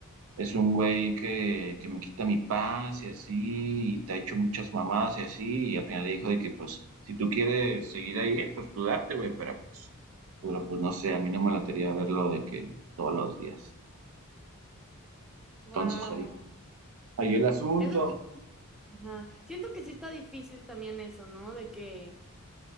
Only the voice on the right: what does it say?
es un güey que, que me quita mi paz y así, y te ha hecho muchas mamadas y así, y al final le dijo de que, pues, si tú quieres seguir ahí, pues tú date, güey, pero pues, pero pues no sé, a mí no me latería verlo de que todos los días.
Entonces ahí, ahí el asunto.